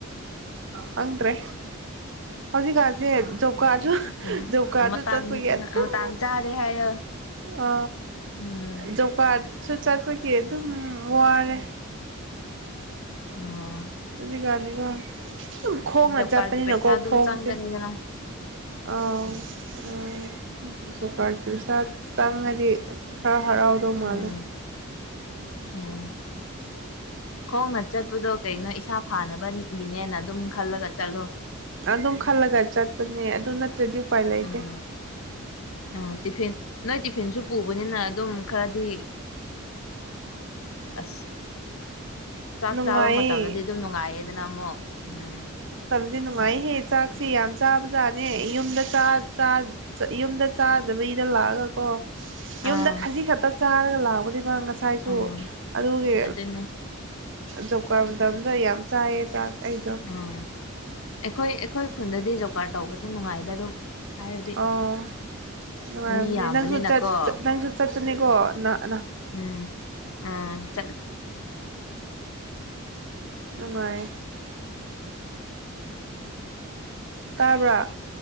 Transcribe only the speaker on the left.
ꯎꯝ
ꯃꯇꯥꯡ
ꯃꯇꯥꯡ ꯆꯥꯗꯦ ꯍꯥꯏꯌꯣ
ꯎꯝ
ꯎꯝ
ꯖꯣꯕ
ꯀꯥꯔꯠꯀꯤ ꯄꯩꯁꯥ ꯑꯗꯨꯝ
ꯆꯪꯒꯅꯤꯗꯅ
ꯎꯝ ꯎꯝ ꯈꯣꯡꯅ ꯆꯠꯄꯗꯣ ꯀꯩꯅꯣ ꯏꯁꯥ ꯐꯥꯅꯕꯒꯤꯅꯦꯅ ꯑꯗꯨꯝ ꯈꯜꯂꯒ ꯆꯠꯂꯣ
ꯎꯝ ꯎꯝ ꯇꯤꯐꯤꯟ ꯅꯣꯏ ꯇꯤꯐꯤꯟꯁꯨ ꯄꯨꯕꯅꯤꯅ ꯑꯗꯨꯝ ꯈꯔꯗꯤ ꯑꯁ ꯆꯥꯛ
ꯆꯥꯕ ꯃꯇꯝꯗꯗꯤ ꯑꯗꯨꯝ ꯅꯨꯡꯉꯥꯏꯑꯦꯗꯅ ꯑꯣ ꯎꯝ
ꯑꯥ
ꯎꯝ
ꯑꯗꯨꯅꯦ
ꯎꯝ ꯑꯩꯈꯣꯏ ꯑꯩꯈꯣꯏ ꯈꯨꯟꯗꯗꯤ ꯖꯧꯀꯥꯔ ꯇꯧꯕꯁꯦ ꯅꯨꯡꯉꯥꯏꯗ ꯑꯗꯨꯝ ꯍꯥꯏꯔꯗꯤ
ꯃꯤ ꯌꯥꯝꯕꯅꯤꯅꯀꯣ
ꯎꯝ ꯑꯥ ꯆꯠ